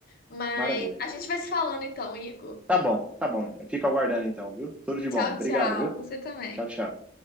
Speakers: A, on the left; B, in the centre.
A: Mas
B: Maravilha.
A: a gente vai se falando então, Igor.
B: Tá bom, tá bom. Fica aguardando então, viu? Tudo de
A: Tchau,
B: bom. Obrigado,
A: tchau.
B: viu?
A: Você também.
B: Tchau, tchau.